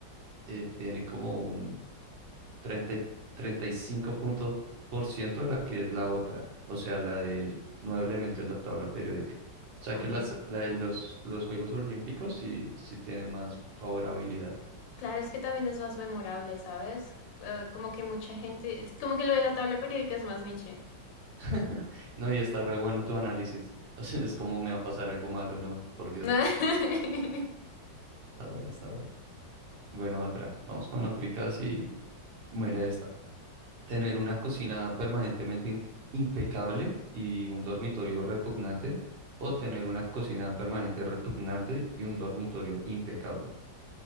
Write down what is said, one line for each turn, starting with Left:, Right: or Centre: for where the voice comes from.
Right: eh, tiene como un 30 y 35 puntos por ciento la que es la otra, o sea, la del nuevo elemento en la tabla periódica. O sea
Left: Ok.
Right: que las, la de los, los Juegos Olímpicos sí, sí tiene más favorabilidad.
Left: Claro, es que también es más memorable, ¿sabes? Eh, como que mucha gente, es como que lo de la tabla periódica es más niche.
Right: <laughs> No, y está re bueno tu análisis. <laughs> O sea, es como me va a pasar algo malo, no, por Dios.
Left: <laughs>
Right: Está bueno, está bueno. Bueno, otra. Vamos con otricas y muere esta. Tener una cocina permanentemente in- impecable y un dormitorio repugnante, o tener una cocina permanente repugnante y un dormitorio impecable.